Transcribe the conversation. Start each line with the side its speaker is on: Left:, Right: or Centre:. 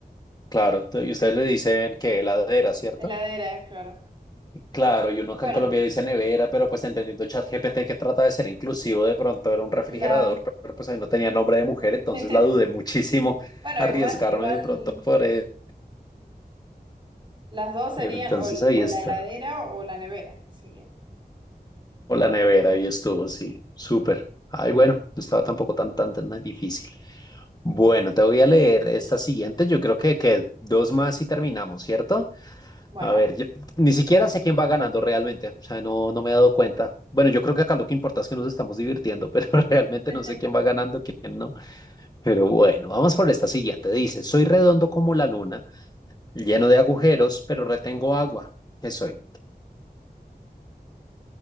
Left: Claro, tú- y ustedes le dicen que heladera, ¿cierto?
Right: heladera, claro.
Left: Claro, y uno acá
Right: Bueno,
Left: en Colombia dice nevera, pero pues entendiendo ChatGPT que trata de ser inclusivo, de pronto era un refrigerador,
Right: la
Left: pero pues ahí no tenía nombre de mujer, entonces
Right: <laughs>
Left: la dudé muchísimo <laughs>
Right: Bueno,
Left: arriesgarme
Right: igual, igual
Left: de pronto por él.
Right: las dos serían
Left: Pero entonces
Right: o, l-
Left: ahí
Right: o
Left: está.
Right: la heladera o la nevera, así que,
Left: O la nevera, ahí estuvo, sí, súper. Ay, bueno, no estaba tampoco tan, tan, tan tan difícil. Bueno, te voy a leer esta siguiente, yo creo que, que dos más y terminamos, ¿cierto?
Right: bueno.
Left: A ver, yo- ni siquiera sé quién va ganando realmente, o sea, no, no me he dado cuenta. Bueno, yo creo que acá lo que importa es que nos estamos divirtiendo, pero <laughs> realmente
Right: <laughs>
Left: no sé quién va ganando, quién no. Pero bueno, vamos por esta siguiente. Dice, soy redondo como la luna, lleno de agujeros, pero retengo agua. ¿Qué soy?